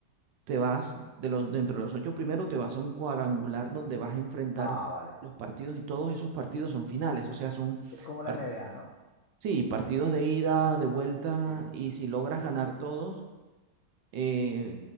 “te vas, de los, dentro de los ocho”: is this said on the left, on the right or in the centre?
Right